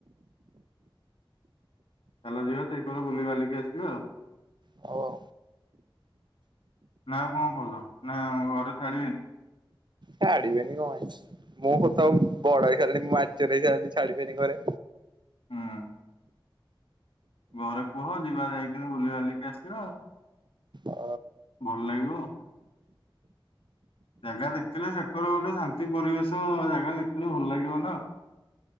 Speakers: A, on the left (about 80°); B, on the right (about 55°).
A: ଚାଲ ଯିବା ସେଇ କର ବୁଲିିବାଲିକି ଆସିବା ଆଉ।
B: ହଉ ଆଉ
A: ନା ଆଉ କଣ କହୁଛ ନା ଘରେ ଛାଡିବେନି?
B: ଛାଡିବେନି କଣ ହେଇଛି? ମୁଁ କତ ବଡ ହେଇସାରିଲଣି ମ୍ୟାଚୁର୍ ହେଇସାରିଲିଣି ଛାଡିିବେନି ଘରେ
A: ହୁଁ। ଘରେ କୁହ ଯିବା ଯାଇକିନି ବୁଲିିବାଲିକି ଆସିବା ଆଉ।
B: ଅ
A: ଭଲ ଲାଗିବ। ଜାଗା ଦେଖିଲେ ସେକର ଗୋଟେ ଶାନ୍ତି ପରିବେଶ ଜାଗା ଦେଖିଲେ ଭଲ ଲାଗିବ ନାଉ।